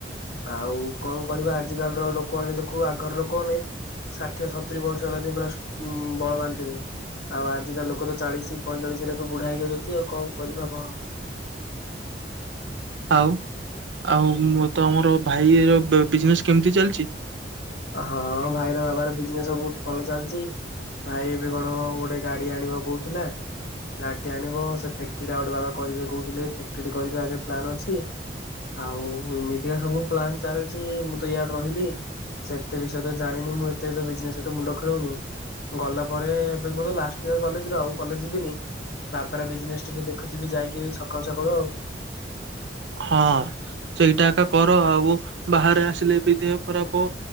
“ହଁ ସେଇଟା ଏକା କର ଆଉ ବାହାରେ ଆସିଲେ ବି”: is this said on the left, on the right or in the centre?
Right